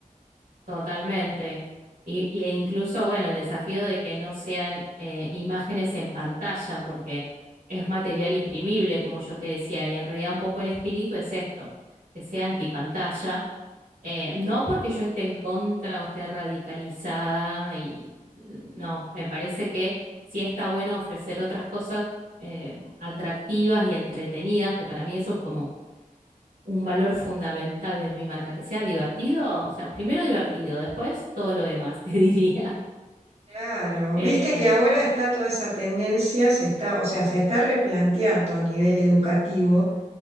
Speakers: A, on the right; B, on the right.
A: Totalmente. Y, y- e incluso, bueno, el desafío de que no sean eh, imágenes en pantalla, porque es material imprimible, como yo te decía, y en realidad un poco el espíritu es esto, que sea antipantalla. Eh, no porque yo esté en contra o esté radicalizada, y no, me parece que sí está bueno ofrecer otras cosas eh, atractivas y entretenidas, que para mí eso es como un valor fundamental de mi marca, que sea divertido, o sea, primero divertido, después todo lo demás, <laughs> te diría.
B: Claro,
A: Eh,
B: viste que ahora está toda esa tendencia, se está, o sea, se está replanteando a nivel educativo